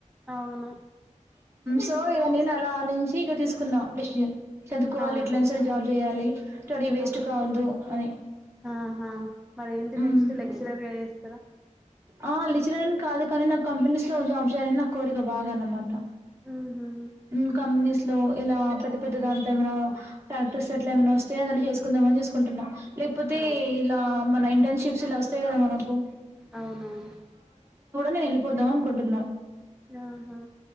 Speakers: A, in the centre; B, on the right (about 20°).
A: అవును
B: సో ఇగ నేను అలా ఆలోంచి ఇక తీసుకున్నా డెసిజన్ చదువుకోవాలి
A: ఆహా
B: ఎట్లైనా సరే జాబ్ చేయాలి. స్టడీ వేస్ట్
A: ఆహా
B: కావద్దు అని
A: ఆహా మరేంటి
B: హ్మ్.
A: నెక్స్ట్ లెక్చరర్గా ఎస్
B: ఆ లెచ్ రర్ని కాదు కానీ నాకు కంపెనీస్ లో జాబ్ చేయాలని నా కోరిక బాగా అన్నమాట.
A: ఉహు
B: ఉమ్ కంపెనీస్ లో ఇలా పెద్ద పెద్ద దాంట్లో ఏమనా, ఫ్యాక్టరీస్ అట్ల ఏమ్నా వస్తే, అందులో చేసుకుందామని చూసుకుంటున్నా. లేకపోతే
A: ఆహా
B: ఇలా మన ఇంటర్న్షిప్స్ ఇలా వస్తాయి కదా మనకు
A: అవునవును
B: నే వెళ్ళిపోదాం అనుకుంటున్
A: ఆహా